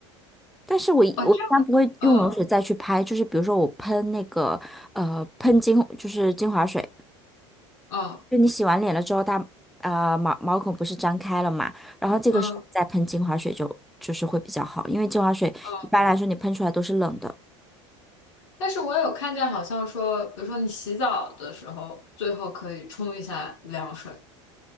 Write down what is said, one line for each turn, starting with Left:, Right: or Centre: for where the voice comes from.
Centre: 但是我一我一般不会用冷水再去拍，
Left: 哦，这，嗯
Centre: 就是比如说我喷那个呃喷精就是精华水，
Left: 嗯
Centre: 就你洗完脸了之后，它啊、呃毛毛孔不是张开了嘛，然后这个时候再喷精华水就就是会比较好，
Left: 嗯
Centre: 因为精华水一般来说你喷出来都是冷的。
Left: 嗯。但是我有看见，好像说，比如说你洗澡的时候，最后可以冲一下凉水，